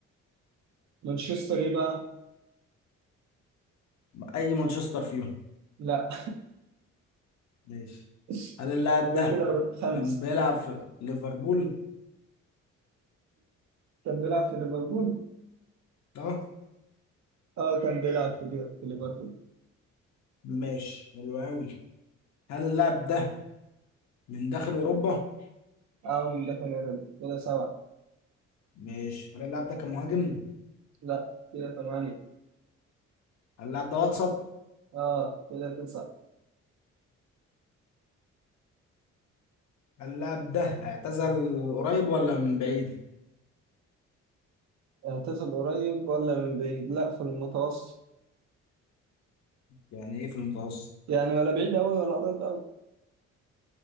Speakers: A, on the right; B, on the left.
A: مانشستر ايه بقى
B: اي مانشستر فيهم
A: لا
B: ماشي
A: <laughs>
B: هل اللاعب
A: يبقى
B: ده
A: كده خمسة
B: كان بيلعب في ليفربول
A: كان بيلعب في ليفربول
B: اه
A: اه كان بيلعب في في ليفربول
B: ماشي حلو قوي هل اللاعب ده من داخل اوروبا
A: أعمل ده كمان كده سبعة
B: ماشي هل اللاعب ده كان مهاجم
A: لا كده ثمانية
B: هل اللاعب ده وسط
A: آه كده تسعة
B: هل اللاعب ده اعتزل قريب ولا من بعيد
A: اعتزل قريب ولا من بعيد لا في المتوسط
B: يعني ايه في المتوسط
A: يعني ولا بعيد أوي ولا قريب أوي